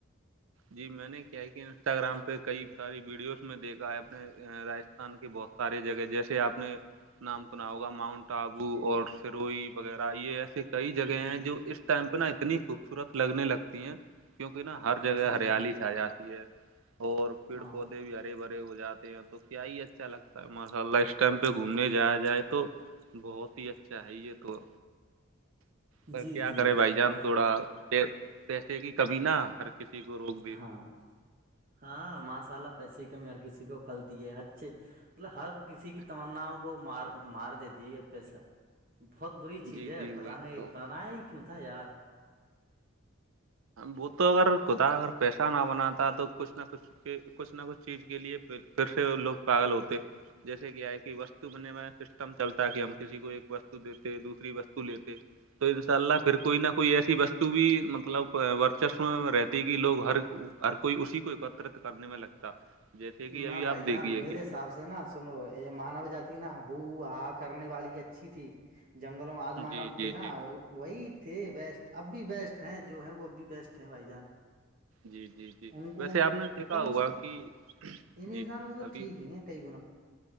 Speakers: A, on the right; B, on the right.
A: جی میں نے کیا کہ انسٹاگررام پہ کئی ساری ویڈیوز میں دیکھا ہے اپنے رجستھان کی بہت ساری جگہ جیسے آپ نے نام سنا ہوگا ماؤنٹ آبو اور سروئی وغیرہ یہ ایسے کئی جگہ ہیں
B: جی
A: جو اس ٹائم پہ نا اتنی خوبصورت لگنے لگتی ہیں کیونکہ نا ہر جگہ
B: جی
A: ہریالی
B: جی
A: سے آ جاتی ہے اور پیڑ
B: ہاں
A: پودے بھی آ بڑے بڑے ہو جاتے ہیں تو کیا ہی اچھا لگتا ہے ماشاء اللہ اس ائم پہ گھومنے جایا جائے تو بہت ہی اچھا ہے یہ تو پر
B: جی
A: کیا
B: جی
A: کرے بھائی جان
B: اور
A: تھوڑا پسے کی کبھی نہا ہر کسی کو روگ
B: ہاں ہاں ماشء اللہ پیسے کی کمی ہر کسی کو کھلتی ہے اچھے مطلب ہر کسی کی تمناؤ کو مار مار دیتی یہ پیسہ بہت بری چیز
A: جی
B: ہے
A: جی
B: کد
A: وہی
B: نے
A: تو
B: بنایا ہی کیوں تھا یار
A: وہ تو اگر خدا اگر پیسہ نہ بناتا تو کچھ نہ کچھ کہ کچھ نہ کچھ چیز کے لیے پھر سے لوگ پاگل ہوتے جیسے کیا ہے کہ وستو بنے والا سسٹم چلتا ہے کہ ہم کسی کو ایک وستو دیتے دوسری وستو لیتے تو ان شاء اللہ پھر کوئی نہ کوئی ایسی وستو بھی مطلب ورچسو میں رہتی کہ لوگ ہر ہر کوئی اسی کو ایکترت کرنے میں لگتا جیسے کہ ابھی
B: نہ بھائی
A: آپ
B: جان
A: دیکھیے
B: میرے
A: کہ
B: حساب سے نا سنو یہ مانو جاتی نا ہو ہاں کرنے والی اچھی تھی جنگلوں آدمانا
A: جی
B: ہوتے
A: جی
B: نا
A: جی
B: وہ وہی تھے بیسٹ اب بھی بیسٹ ہیں جو ہے وہ اب بھی بیسٹ ہیں بھائی جان
A: جی جی جی
B: ان کو
A: ویسے آپ نے دیکھا
B: کم
A: ہوگا
B: سے کم
A: کہ
B: ان
A: جی
B: انسانوں سے
A: ابھی
B: تو ٹھیک ہی ہے کئی گنا